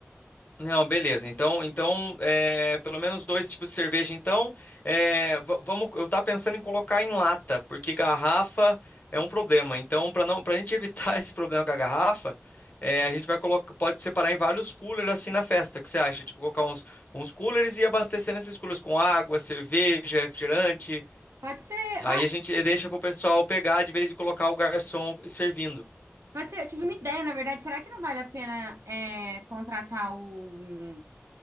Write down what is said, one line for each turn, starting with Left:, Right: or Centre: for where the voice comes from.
Left: Não, beleza. Então, então é, pelo menos dois tipos de cerveja. Então, é, va- vamos. Eu estava pensando em colocar em lata, porque garrafa é um problema. Então, para não, para a gente evitar <laughs> esse problema com a garrafa, é, a gente vai colocar, pode separar em vários coolers assim na festa. O que você acha? Tipo, colocar uns, uns coolers e abastecer nesses coolers com água, cerveja, refrigerante.
Right: Pode ser,
Left: Aí
Right: ah,
Left: a gente eh, deixa para o pessoal pegar de vez e colocar o garçom servindo.
Right: pode ser, eu tive uma ideia, na verdade. Será que não vale a pena, é, contratar o,